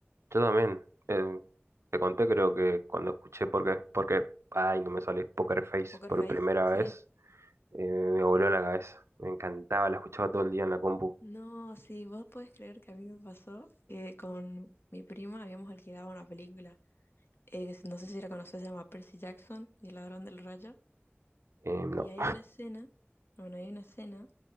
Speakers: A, on the right; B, on the left.
A: Yo también. eh, te conté, creo que cuando escuché porque, porque, ay, no me sale Poker Face
B: Poker
A: por
B: Face,
A: primera
B: sí.
A: vez, eh, me voló la cabeza. Me encantaba, la escuchaba todo el día en la compu.
B: No, sí, vos podés creer que a mí me pasó que con mi prima habíamos alquilado una película. eh, que se- no sé si la conocés, se llama Percy Jackson y el ladrón del rayo.
A: Eh, no,
B: Y hay una escena, bueno, hay una escena